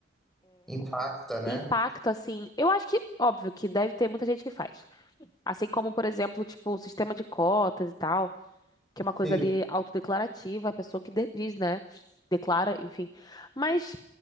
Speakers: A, in the centre; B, on the left.
A: Impacta, né?
B: impacta, assim. Eu acho que, óbvio, que deve ter muita gente que faz. Assim como, por exemplo, tipo, o sistema de cotas e tal. que é uma coisa
A: Sim.
B: ali autodeclarativa, a pessoa que de- diz, né? Declara, enfim. Mas